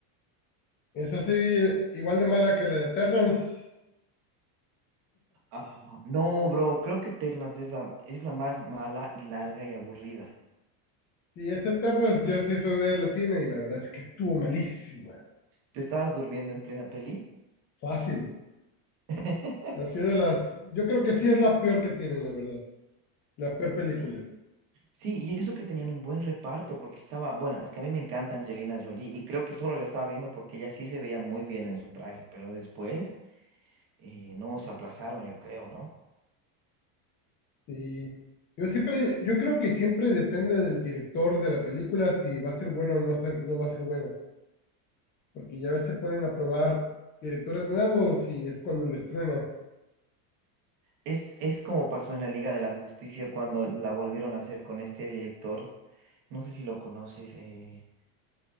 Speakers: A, on the left (about 25°); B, on the right (about 60°).
A: Es así, igual de mala que la de Eternals.
B: Ah, no, bro, creo que Ternas es la, es la más mala y larga y aburrida.
A: Y ese Eternals yo sí fui a ver la cine y la verdad es que estuvo malísima.
B: ¿Te estabas durmiendo en plena peli?
A: Fácil.
B: <laughs>
A: Ha sido de las... Yo creo que sí es la peor que tienen, la verdad. La peor película.
B: Sí, Sí, y eso que tenían un buen reparto, porque estaba, bueno, es que a mí me encanta Angelina Jolie y creo que solo la estaba viendo porque ella sí se veía muy bien en su traje, pero después eh, no se aplazaron, yo creo, ¿no?
A: Sí. Yo siempre, yo creo que siempre depende del director de la película si va a ser bueno o no, ser- no va a ser bueno. Porque ya a veces ponen a probar directores nuevos y es cuando les truena.
B: Es, es como pasó en la Liga de la Justicia cuando la volvieron a hacer con este director, no sé si lo conoces, eh,